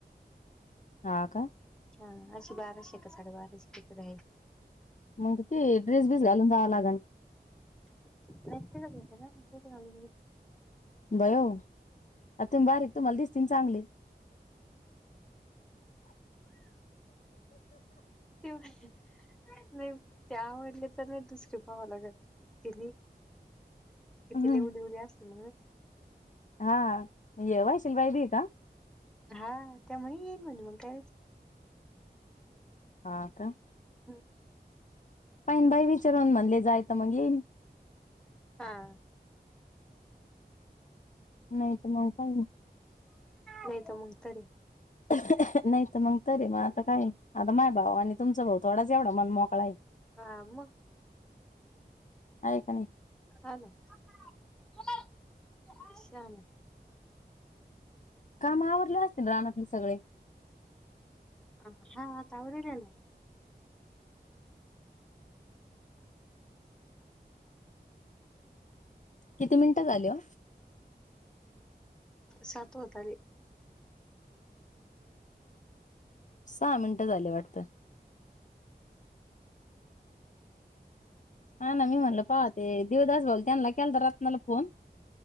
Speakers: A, on the left; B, in the centre.
A: हा का?
B: हा अशी बाराशे आहे का साडेबाराशे किती राहील?
A: मग त ते ड्रेस बिस घालून जावं लागन.
B: नसतय इ तसं काय ड्रेस घालून बिलून
A: बयो आता तुमी बारीक तुमाला दिसतील चांगले.
B: ते नाही त्या म्हणले तर नाही दुसरी पहावी लागलं. तिथे
A: हम्म
B: लई <unintelligible> मग?
A: हा येवाई शिलबाई बी का?
B: हा त्या म्हणे येईन म्हणजे मग का
A: हा, का?
B: हम्म.
A: पाहिन बाई विचारून म्हणले जाय तर मग येईन.
B: हा.
A: नाही तर मग पाहि
B: नाही तर मग तरी
A: <unintelligible> नाही तर मंग तरी मग आता काय आता माय भाऊ आणि तुमचा भाऊ थोडाच एवढा मन मोकळा आहे.
B: हा मग
A: आहे का नाही?
B: हा ना छान आहे.
A: काम आवरलं असतील रानातले सगळे?
B: अ हा आता आवरले ना.
A: किती मिनिटं झाली ओ?
B: सात होताले.
A: सहा मिनिटं झाले वाटतं. हा ना मी म्हणल पाहते दिवदास बोलताल त्यांनला केलता रत्नाला फोन